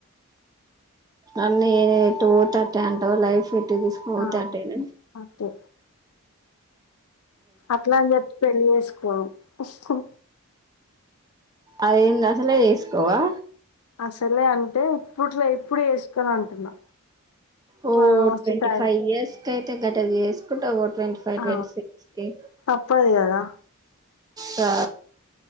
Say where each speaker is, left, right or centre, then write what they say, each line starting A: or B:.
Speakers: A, on the right; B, on the left.
A: అన్నీ టూథర్టీ అంటావా లైఫ్ ట్టేసు బతట్టేన
B: ఆ అంతే అట్లా అని చెప్పి పెళ్లి చేసుకో మా ఇష్టం
A: అదేంది అసలే చేసుకోవా
B: అసలే అంటే ఇప్పుట్లో ఇప్పుడు చేస్కును అంటున్నా
A: ఓ
B: కొంచెం మస్తు
A: ట్వంటిఫైవ్
B: టైం
A: ఇయర్స్ ఏటా అయితే గట చేసుకొస్కుంటావ్ వాట్ ట్వంటిఫైవ్
B: ఆ
A: ట్వంటిసిక్స్ కి
B: తప్పదు కదా
A: తా